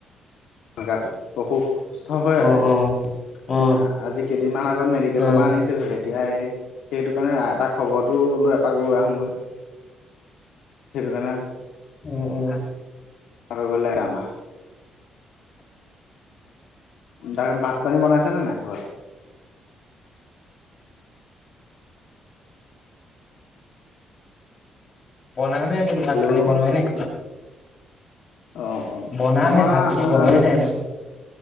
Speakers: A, on the left; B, on the left.
A: জগাটো অসুুস্থ হৈ আছে।
B: অ অ অ
A: এ আজি কেইদিনমান আগত মেডিকেলৰ
B: অ
A: পৰা আনিছো এতিয়া এই সেইটো কাৰণে এটা খবৰটো লৈ এপাক লৈ আহো। কাৰণে
B: অ অ
A: ই আমা <inaudible> তাকে ভাত পানী বনাইছেনে নাই ঘৰত।
B: বনামে হে বোলো ভাত
A: হেল্ল'
B: পানী বনোৱা নাই।
A: অ', অ',
B: বনাম
A: আমাৰ
B: হে ভাত পানী বনোৱাই
A: আজৰি
B: নাই মই।